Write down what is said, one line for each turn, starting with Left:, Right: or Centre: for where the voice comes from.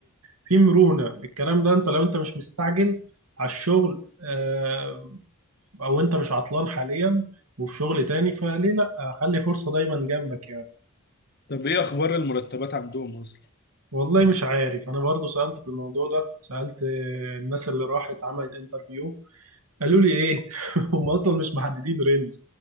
Right: في مرونة الكلام ده انت لو انت مش مستعجل على الشغل آه، او انت مش عطلان حاليا وفي شغل تاني فليه لا خلي فرصة دايما جنبك يعني
Left: طب ايه اخبار المرتبات عندهم اصلا
Right: والله مش عارف انا برضو سألت في الموضوع ده سألت الناس اللي راحت عملت انترفيو قالوا لي ايه <laughs> هم اصلا مش محددين رينج